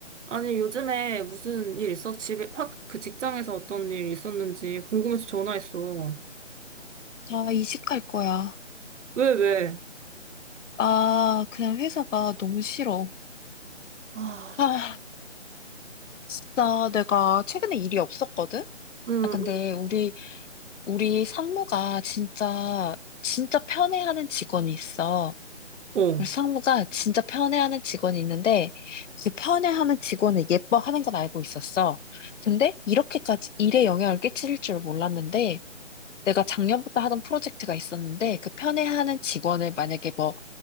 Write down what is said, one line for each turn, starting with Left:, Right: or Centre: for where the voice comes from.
Right: 아니, 요즘에 무슨 일 있어? 집에, 확, 그 직장에서 어떤 일 있었는지 궁금해서 전화했어.
Left: 나 이직할 거야.
Right: 왜, 왜?
Left: 아, 그냥 회사가 너무 싫어.
Right: 아,
Left: 아, 진짜 내가 최근에 일이 없었거든?
Right: 응,
Left: 아, 근데 우리, 우리 상무가 진짜, 진짜 편애하는 직원이 있어.
Right: 응, 어,
Left: 우리 상무가 진짜 편애하는 직원이 있는데, 그 편애하는 직원을 예뻐하는 건 알고 있었어. 근데 이렇게까지 일에 영향을 끼칠 줄 몰랐는데, 내가 작년부터 하던 프로젝트가 있었는데, 그 편애하는 직원을 만약에 뭐,